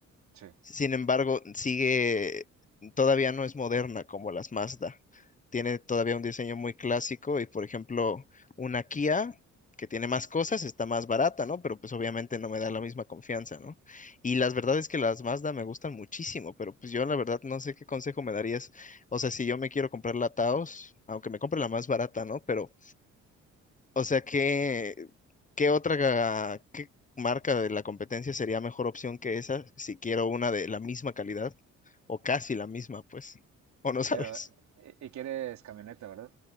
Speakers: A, on the right; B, on the left.
A: Sí.
B: Sin embargo, sigue, todavía no es moderna como las Mazda. Tiene todavía un diseño muy clásico y, por ejemplo, una Kia que tiene más cosas está más barata, ¿no? Pero pues obviamente no me da la misma confianza, ¿no? Y las verdad es que las Mazda me gustan muchísimo, pero pues yo la verdad no sé qué consejo me darías. O sea, si yo me quiero comprar la Taos, aunque me compre la más barata, ¿no? Pero o sea, ¿qué, qué otra qué marca de la competencia sería mejor opción que esa si quiero una de la misma calidad o casi la misma, pues? ¿O no sabes?
A: Pero, eh, y quieres camioneta, ¿verdad?